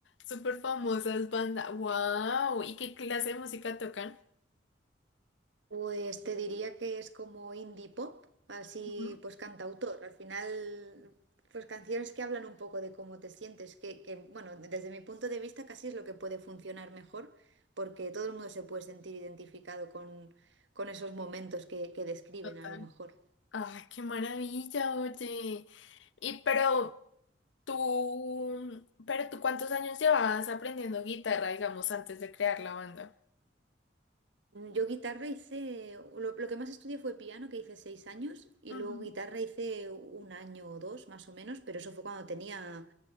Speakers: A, on the left (about 80°); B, on the right (about 75°).
A: súper famosas bandas. ¡Wow! ¿Y qué clase de música tocan?
B: Pues te diría que es como indie pop, así
A: Ujú,
B: pues cantautor. Al final, pues canciones que hablan un poco de cómo te sientes, que, que, bueno, desde mi punto de vista casi es lo que puede funcionar mejor, porque todo el mundo se puede sentir identificado con, con esos momentos que, que describen
A: Total.
B: a lo mejor.
A: ¡Ay, qué maravilla, oye! Y pero tú, pero tú, ¿cuántos años llevabas aprendiendo guitarra, digamos, antes de crear la banda?
B: Yo guitarra hice, lo, lo que más estudié fue piano, que hice seis años, y
A: Ujú.
B: luego guitarra hice un año o dos más o menos, pero eso fue cuando tenía